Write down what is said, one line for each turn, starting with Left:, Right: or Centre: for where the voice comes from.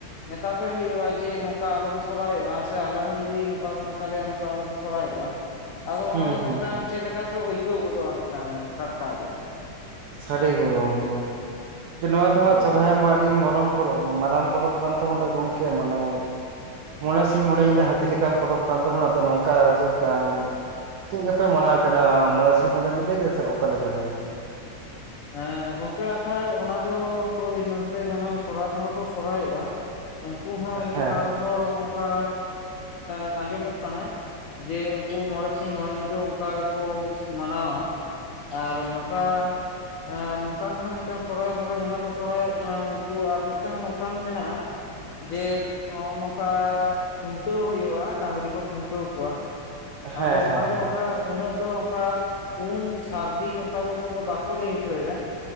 Left: ᱢᱮᱛᱟ ᱯᱮ ᱦᱩᱭᱩᱜᱼᱟ ᱡᱮ, ᱱᱚᱠᱟ ᱟᱞᱚᱯᱮ ᱥᱚᱨᱦᱟᱭᱚᱜᱼᱟ ᱥᱮ ᱟᱞᱮ ᱦᱚᱸ ᱡᱩᱫᱤ ᱱᱚᱠᱟ ᱠᱚ ᱢᱮᱛᱟ ᱞᱮᱭᱟ ᱠᱟ ᱞᱚ ᱯᱮ ᱥᱚᱨᱦᱟᱭᱚᱜᱼᱟ᱾ ᱟᱫᱚ ᱚᱱᱟ
Right: ᱦᱩᱸ
Left: ᱜᱮ ᱢᱤᱫᱴᱟᱝ
Right: ᱦᱩᱸ ᱦᱩᱸ
Left: ᱪᱮᱫ ᱞᱮᱠᱟ ᱪᱚ ᱟᱹᱭᱠᱟᱹᱣ ᱜᱚᱫᱚᱜᱼᱟ, ᱢᱤᱫᱴᱟᱝ ᱴᱟᱴᱠᱟ ᱜᱮ᱾
Right: ᱥᱟᱹᱨᱤ ᱜᱮ ᱜᱚᱝᱠᱮ ᱡᱮ ᱱᱚᱣᱟ ᱫᱚ ᱦᱟᱸᱜ
Left: ᱦᱳᱭ
Right: ᱥᱚᱨᱦᱟᱭ ᱢᱟ ᱟᱹᱰᱤ ᱢᱚᱨᱚᱢ ᱯᱚᱨᱚᱵᱽ ᱢᱟᱨᱟᱢ ᱯᱚᱨᱚᱵᱽ ᱠᱟᱱ ᱛᱟᱵᱚᱱᱟ ᱜᱚᱝᱠᱮ ᱢᱟᱱᱮ ᱢᱚᱬᱮ ᱥᱤᱧ ᱢᱚᱬᱮ ᱧᱤᱫᱟᱹ ᱦᱟᱹᱛᱤ ᱞᱮᱠᱟ ᱯᱚᱨᱚᱵᱽ ᱠᱟᱱ ᱛᱟᱵᱚᱱᱟ ᱟᱫᱚ ᱱᱚᱝᱠᱟ ᱪᱮᱜᱠᱟ ᱪᱮᱜ ᱠᱟᱯᱮ ᱢᱟᱱᱟᱣᱮᱫ ᱛᱮᱦᱮᱱᱟ ᱢᱚᱬᱮ ᱥᱤᱧ ᱢᱚᱬᱮ ᱧᱤᱫᱟᱹ ᱜᱮ ᱥᱮ ᱚᱠᱟ ᱞᱮᱠᱟ ᱜᱚᱝᱠᱮ?
Left: ᱮᱸ ᱜᱚᱝᱠᱮ ᱟᱠᱷᱟᱡ ᱚᱱᱟ ᱫᱚ ᱦᱳᱭ ᱱᱚᱱᱛᱮ ᱡᱟᱦᱟᱸ ᱥᱚᱨᱦᱟᱭ ᱵᱚᱸᱝᱜᱟ ᱠᱚ ᱥᱚᱨᱦᱟᱭᱚᱜᱼᱟ᱾ ᱩᱱᱠᱩ ᱦᱚᱸ ᱢᱤᱫᱵᱟᱨ
Right: ᱦᱮᱸ
Left: ᱦᱚᱲ ᱚᱱᱠᱟ ᱮᱜ ᱟᱸᱡᱚᱢᱚᱜ ᱠᱟᱱᱟ᱾ ᱡᱮ ᱩᱝᱠᱩ ᱢᱚᱬᱮ ᱥᱤᱧ ᱢᱚᱬᱮ ᱧᱤᱫᱟᱹ ᱚᱱᱠᱟ ᱜᱮᱠᱚ ᱢᱟᱱᱟᱣᱟ᱾ ᱟᱨ ᱱᱚᱠᱟ ᱟ ᱱᱚᱝᱠᱟᱱ ᱦᱚᱸ ᱢᱤᱫᱴᱟᱝ ᱥᱚᱨᱦᱟᱭ ᱵᱚᱸᱜᱟ ᱡᱟᱦᱟᱸ ᱠᱚ ᱥᱚᱨᱦᱟᱭᱚᱜ ᱠᱟᱱᱟ ᱱᱩᱠᱩ ᱟᱨ ᱢᱤᱫᱴᱟᱝ ᱱᱚᱝᱠᱟᱱ ᱢᱮᱱᱟᱜᱼᱟ᱾ ᱡᱮ ᱱᱚᱜᱼᱚᱭ ᱱᱚᱝᱠᱟ ᱠᱷᱩᱱᱴᱟᱹᱣ ᱦᱩᱭᱩᱜᱼᱟ ᱰᱟᱹᱝᱨᱤ ᱠᱚ ᱠᱷᱩᱱᱴᱟᱹᱣ ᱠᱚᱣᱟ᱾
Right: ᱦᱮᱸ
Left: ᱟᱫᱚ
Right: ᱦᱮᱸ
Left: ᱚᱱᱟ
Right: ᱦᱮᱸ
Left: ᱫᱚ ᱚᱠᱷᱟ ᱩᱱᱟᱹᱜ ᱫᱚ ᱚᱱᱠᱟ ᱩᱢ ᱥᱟᱹᱨᱫᱤ ᱚᱝᱠᱟ ᱫᱚ ᱩᱱᱟᱹᱜ ᱫᱚ ᱵᱟ ᱞᱟᱹᱭ ᱦᱚᱪᱚᱭ ᱫᱟ